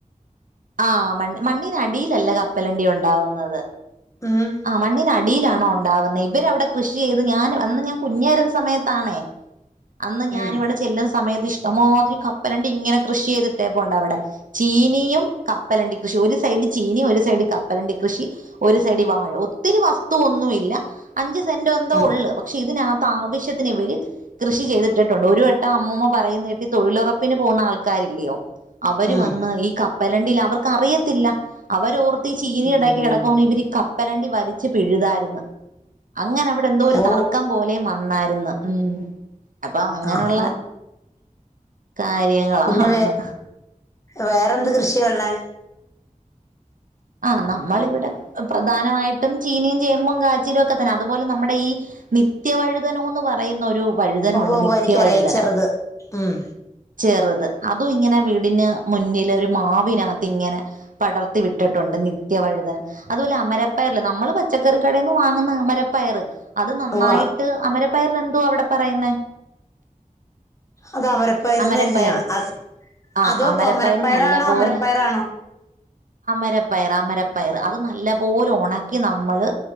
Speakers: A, on the right; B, on the left.
A: ആ മൺ മണ്ണിനടിയിലല്ല കപ്പലണ്ടി ഉണ്ടാവുന്നത്
B: ഉം
A: ആ മണ്ണിനാട് ടിയിലാണോ ഉണ്ടാവുനെ ഇവരവിടെ കൃഷി ചെയ്ത് ഞാൻ അന്ന് ഞാൻ കുഞ്ഞാരുന്ന സമയത്താണേ അന്ന് ഞാനിവിടെ
B: ഉം
A: ചെല്ല സമയത്ത് ഇഷ്ടംമാതിരി കപ്പലണ്ടി ഇങ്ങനെ കൃഷി ചെയ്തിട്ടേപ്പൊണ്ടവിടെ ചീനിയും കപ്പലണ്ടി കൃഷി ഒരു സൈഡ് ചീനി ഒരു സൈഡ് കപ്പലണ്ടി കൃഷി ഒരു സൈഡ് വാഴ് ഒത്തിരി വസ്തുവൊന്നു ഇല്ല അഞ്ച് സെൻ്റോ എന്തോ
B: ഉം
A: ഒള്ള് പക്ഷെ ഇതിനകത്ത് ആവശ്യത്തിന് ഇവര് കൃഷി ചെയ്തിട്ടിട്ടുണ്ട് ഒരു വട്ടം അമ്മമ്മ പറയുന്ന കേട്ടി തൊഴിലുറപ്പിന് പോവുന്ന ആൾക്കാരില്ല്യോ അവര്
B: ഉം
A: വന്ന് ഈ ക വലണ്ടില്ല അവർക്ക് അറിയത്തില്ല അവരോർ ചീനിണ്ടാക്കി
B: ഉം.
A: കിടക്കാണി ഇവരിക- കപ്പലണ്ടി വലിച്ചു പിഴുതാർന്ന് അങ്ങനെ അവിടെ എന്തോ ഒരു
B: ഓ
A: തർക്കം പോലേം വ വന്നായിര്ന്ന് ഉ അപ്പൊ അങ്ങനൊള്ള
B: ആഹാ
A: കാര്യങ്ങളാണ്
B: പിന്നെ വേറെ എന്ത് കൃഷിയ ഒള്ളെ
A: ആ് നമ്മളിവിടെ പ്രധാനമായിട്ടും ചീനയും ചേമ്പും കാച്ചിലും ഒക്കെ തന്നെ അതുപോലെ നമ്മുടെ ഈ നിത്യവഴുതനോന്ന് പറയുന്നൊ ഒരു- വഴുതനുണ്ട്
B: ഉവ്വ ഉവ്വ
A: നിത്യവഴുതനം
B: എനിക്കറിയാം ചെറുത് ഉം
A: ചെറ്ത് അതും ഇങ്ങനെ വീടിന് മുന്നിൽ ഒരു മാവിനാത്ത് ഇങ്ങനെ പടർത്തി വിട്ട് ഇട്ടിട്ടുണ്ട് നിത്യവഴുതനം അതുപോലെ അമരപ്പയർല് നമ്മള് പച്ചക്കറിക്കടേന്ന് വാങ്ങുന്ന അമരപ്പയറ് അത് നന്നായിട്ട്
B: ഉവ്വ
A: അമര- പയറിനെന്തുവ അവിടെ പറയുന്നേ
B: അത് അമരപ്പയർന്ന്
A: അമരപ്പയറ്
B: തന്നെയാ അ
A: ആഹ്
B: അതോ
A: അമരപ്പയറ്
B: തൊമരപ്പയറാണോ
A: നല്ല പോലെ
B: അമരപ്പയറാണോ
A: അമരപ്പയർ അമരപ്പയർ അത് നല്ല പോലെ ഒണക്കി നമ്മള്